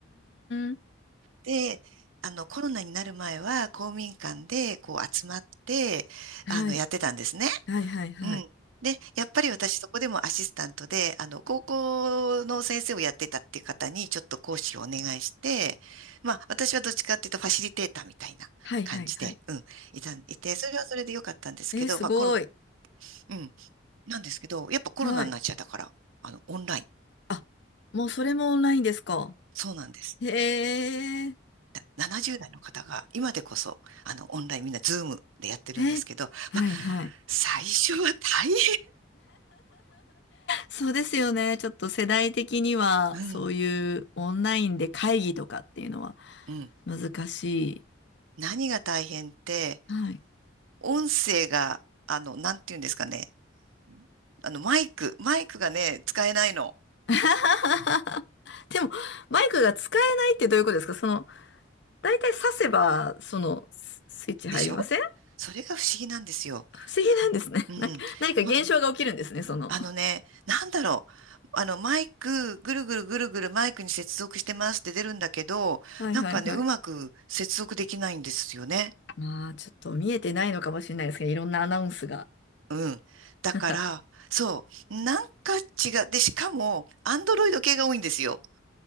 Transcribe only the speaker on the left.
うーん。
はい。
はいはいはい。
はいはいはい。
えー、すごい。
はい。
あ、もうそれもオンラインですか。
へえ、
え、はいはい。
そうですよね。ちょっと世代的には、
そういうオンラインで会議とかっていうのは
難しい。
はい。
<laughs> でも、マイクが使えないってどういうことですかその、だいたい挿せば、その、ススイッチ入りません
不思議なんですね。
なんか、何か現象が起きるんですね、
その。
はいはいはい。
まあ、ちょっと見えてないのかもしれないですけど、いろんなアナウンスが。
<laughs>